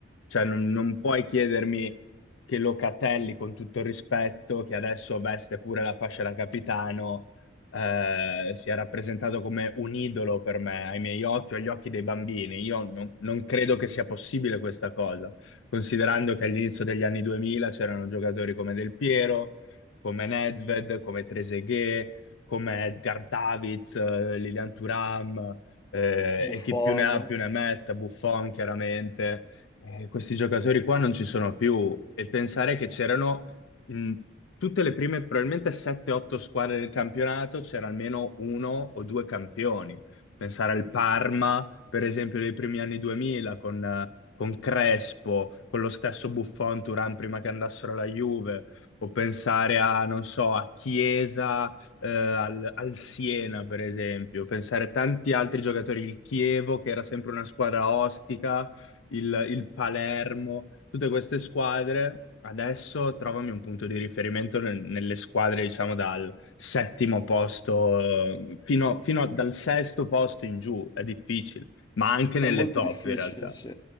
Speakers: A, on the left; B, on the left.
A: Cioè, non, non puoi chiedermi che Locatelli, con tutto il rispetto, che adesso veste pure la fascia da capitano, eh, sia rappresentato come un idolo per me, ai miei occhi o agli occhi dei bambini. Io non, non credo che sia possibile questa cosa, considerando che all'inizio degli anni 2000 c'erano giocatori come Del Piero, come Nedved, come Trezeguet come Edgar Davids, eh, Lilian Thuram, eh,
B: Buffon,
A: e chi più ne ha più ne metta, Buffon chiaramente. Eh, questi giocatori qua non ci sono più e pensare che c'erano in tutte le prime, probabilmente 7-8 squadre del campionato, c'era almeno uno o due campioni. Pensare al Parma, per esempio, dei primi anni 2000 con... eh, con Crespo, con lo stesso Buffon, Turan prima che andassero alla Juve, o pensare a, non so, a Chiesa, eh, al, al Siena, per esempio, pensare a tanti altri giocatori, il Chievo, che era sempre una squadra ostica, il, il Palermo, tutte queste squadre. Adesso trovami un punto di riferimento nel- nelle squadre, diciamo, dal settimo posto eh, fino, fino a- dal sesto posto in giù, è difficile, ma anche
B: È
A: nelle
B: molto
A: top
B: difficile,
A: in realtà.
B: sì.